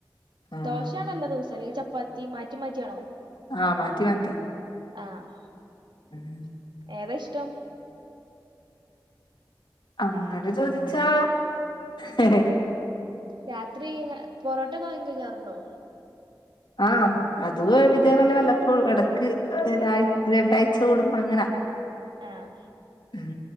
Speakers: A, on the left; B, on the right.
A: ആഹ്
B: ദോശയാണല്ലോ ദിവസം അല്ലെങ്കി ചപ്പാത്തി മാറ്റി മാറ്റിയാണോ
A: ആഹ് മാറ്റി മാറ്റി
B: ആഹ്
A: ഉം
B: ഏതായിഷ്ടം
A: അങ്ങനെ ചോദിച്ചാ ഹ്ഹ്
B: രാത്രി പൊറോട്ടെക്കെ വാങ്ങികയ്ക്കാറുണ്ടോ
A: ആഹ് അതു ഏ ഇതേപോലെ വല്ലപ്പോഴു എടക്ക് ഒരാഴ്‌
B: ആഹ്
A: രണ്ടാഴ്ച കൂടുമ്പ അങ്ങനാ
B: ആഹ്
A: ഉം